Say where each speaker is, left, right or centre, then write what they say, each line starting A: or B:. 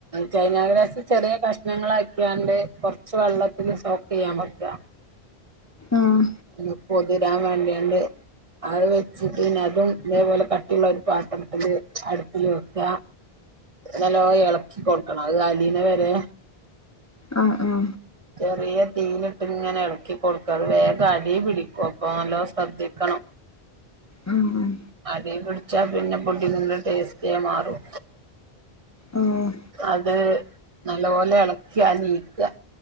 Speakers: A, on the right; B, on the left.
A: ചൈനഗ്രാസി ചെറിയ കഷ്ണങ്ങൾാക്കിയാണ്ട് കൊറച്ച് വെള്ളത്തിന് സോക്ക് ചെയ്യാൻ വക്ക <inaudible>
B: ആഹ്
A: അഹ് പൊതിരാൻ വേണ്ടിയണ്ട് അത് വെച്ചിട്ട് പിന്നെ അതും ഇതേപോലെ കട്ടിയുള്ള ഒരു പാത്രത്തില് അടുപ്പില് വെക്ക നല്ലോ ഇളക്കി കൊടുക്കണം അത് അലീനെ വരെ
B: ആഹ് ആഹ്
A: ചെറിയ തീൻ ഇട്ട് ഇങ്ങനെ ഇളക്കി കൊടുക്ക അത് വേഗം അടി പിടിക്കും അപ്പൊ നല്ലോ ശ്രദ്ധിക്കണം <inaudible>
B: ഓ ഉം
A: അടി പിടിച്ചാ പിന്നെ പുഡിങ്ങിന്റെ ടേസ്റ്റേ മാറും
B: ഉം
A: അത് നല്ലപോലെ ഇളക്കുക നീക്കുക